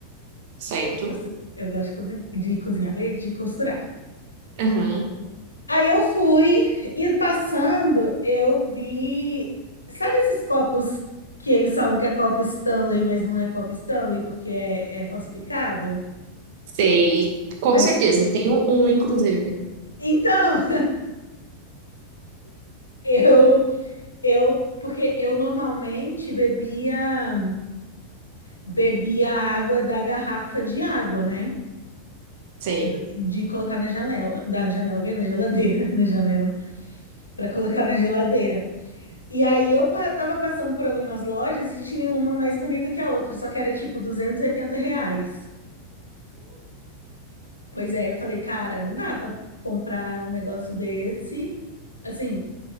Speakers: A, on the right; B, on the left.
A: certo.
B: Eu gosto, eu gosto de cozinhar, de cozinhar, vê, de costurar.
A: Uhum,
B: Aí eu fui e passando, eu vi. Sabe esses copos que eles falam que é copo Stanley, mas não é copo Stanley porque é, é falsificado?
A: sei. Com
B: Mas
A: certeza, tenho um, inclusive.
B: então, <laughs> eu, eu, porque eu normalmente bebia, bebia água da garrafa de água, né?
A: Sei.
B: D- De colocar na janela, da janela, vem Na geladeira, <laughs> na janela, para colocar na geladeira. E aí eu pa- tava passando por algumas lojas e tinha uma mais bonita que a outra, só que era tipo 280 reais. Pois é, eu falei, cara, não dá pra comprar um negócio desse. Assim,